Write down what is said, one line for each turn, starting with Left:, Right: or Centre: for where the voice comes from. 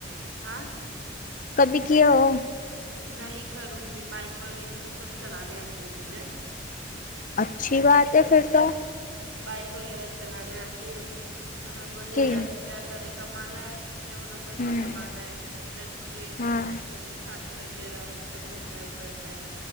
Right: ہاں
Left: کبھی کیا ہو
Right: نہیں کروں گی بائک وغیرہ تو سب چلانے آتی ہے مجھے
Left: اچھی بات ہے پھر تو
Right: بائک وغیرہ چلانے آتی ہے تو میں بولی
Left: کہ
Right: ابھی کیا کرے کمانا ہے اپنے کو تو پیسہ
Left: ہوں
Right: جمانا ہے لڑکی ہے
Left: ہاں
Right: لڑکی لو کی شادی وغیرہ ہے سب رہتا ہے کرتا ہے